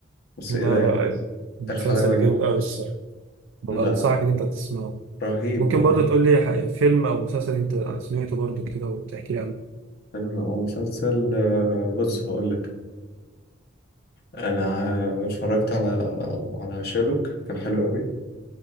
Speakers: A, on the left; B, on the right.
A: بس
B: لا
A: ايه ده
B: لا
A: إيه
B: المسلسل
A: الحلاوة دي
B: جامد قوي الصراحه بنصحك
A: ده
B: ان انت تسمعه
A: رهيب
B: ممكن
A: رهيب
B: برضو تقول لي ح- فيلم او مسلسل انت سمعته برضو كده وتحكي لي عنه
A: فيلم او مسلسل آه، بص هقول لك انا اتفرجت على على شيرلوك كان حلو قوي